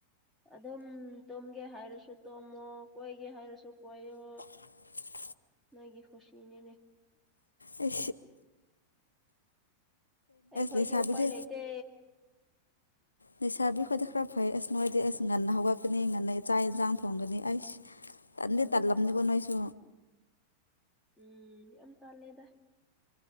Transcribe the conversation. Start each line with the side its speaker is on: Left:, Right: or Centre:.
Centre: ꯑꯗꯨꯝ ꯇꯨꯝꯒꯦ ꯍꯥꯏꯔꯁꯨ ꯇꯨꯝꯃꯣ ꯀꯣꯏꯒꯦ ꯍꯥꯏꯔꯁꯨ ꯀꯣꯏꯌꯨ
Left: <inaudible>
Centre: ꯅꫭꯏꯒꯤ ꯀꯨꯁꯤꯅꯤꯅꯦ
Left: ꯑ <unintelligible>
Centre: ꯑꯩꯈꯣꯏꯗꯤ
Left: ꯂꯩꯁꯥꯕꯤꯗꯤ
Centre: ꯎꯄꯥꯏ ꯂꯩꯇꯦ
Left: ꯂꯩꯁꯥꯕꯤꯈꯣꯏꯗ ꯈꯔ ꯐꯩ ꯑꯁ ꯅꫭꯏꯗꯤ ꯑꯩꯁ ꯉꯟꯅ ꯍꯧꯒꯛꯀꯅꯤ ꯉꯟꯅ ꯆꯥꯛꯛ ꯏꯟꯁꯥꯡ ꯊꯣꯡꯒꯅꯤ ꯑꯩꯁ ꯇꯟꯗꯤ
Centre: ꯍꯣꯏ
Left: ꯇꯟꯂꯕꯅꯤꯀꫭ ꯅꫭꯏꯁꯨ
Centre: ꯎꯝ ꯌꯥꯝ ꯇꯥꯜꯂꯦꯗ